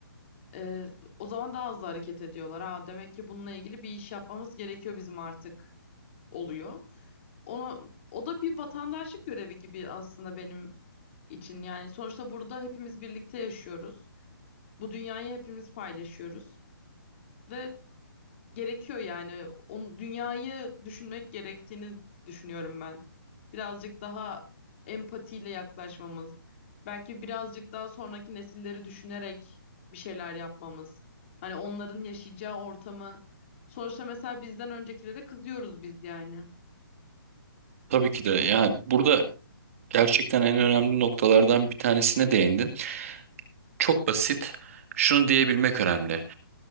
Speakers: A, on the left; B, on the right.
A: Ee, o zaman daha hızlı hareket ediyorlar. Ha, demek ki bununla ilgili bir iş yapmamız gerekiyor bizim artık oluyor. Onu, o da bir vatandaşlık görevi gibi aslında benim için. Yani sonuçta burada hepimiz birlikte yaşıyoruz. Bu dünyayı hepimiz paylaşıyoruz. Ve gerekiyor yani. Onu, dünyayı düşünmek gerektiğini düşünüyorum ben. Birazcık daha empatiyle yaklaşmamız, belki birazcık daha sonraki nesilleri düşünerek bir şeyler yapmamız. Hani onların yaşayacağı ortamı. Sonuçta mesela bizden öncekilere kızıyoruz biz yani.
B: Tabii ki de yani burada Gerçekten en önemli noktalardan bir tanesine değindin. Çok basit. Şunu diyebilmek önemli.